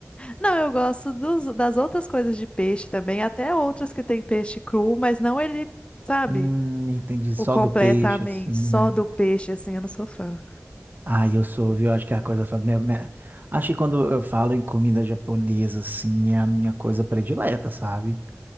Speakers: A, on the left; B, on the right.
A: Não, eu gosto dos- das outras coisas de peixe também, até outras que tem peixe cru, mas não ele, sabe,
B: Hum, entendi. Só
A: o completamente
B: do peixe, assim,
A: só
B: né?
A: do peixe, assim, eu não sou fã.
B: Ah, eu sou, viu? Acho que é a coisa. fa- Minha, minha... Acho que quando eu falo em comida japonesa, assim, é a minha coisa predileta, sabe?